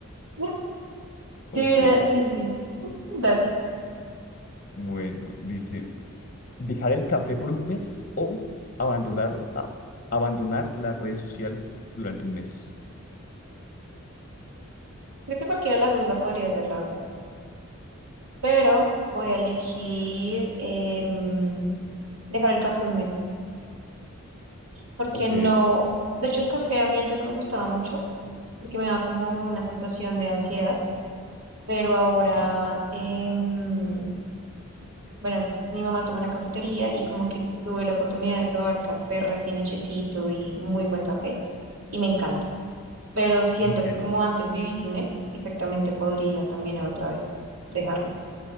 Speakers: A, on the right; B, on the left.
A: <laughs> Sí,
B: Ok,
A: mira, sí, sí, dale.
B: bueno, dice, dejar el café por un mes o abandonar, a- abandonar las redes sociales durante un mes.
A: Creo que cualquiera de las dos la podría hacer, la verdad. Pero voy a elegir em, dejar el café un mes, porque
B: Ok,
A: no, de hecho el café a mí antes no me gustaba mucho, porque me daba como una sensación de ansiedad, pero ahora,
B: sí,
A: em, bueno, mi mamá tuvo una cafetería y como que tuve la oportunidad de probar café recién hechecito y muy buen café y me encanta. Pero siento
B: ok,
A: que como antes viví sin él, perfectamente podría también otra vez dejarlo.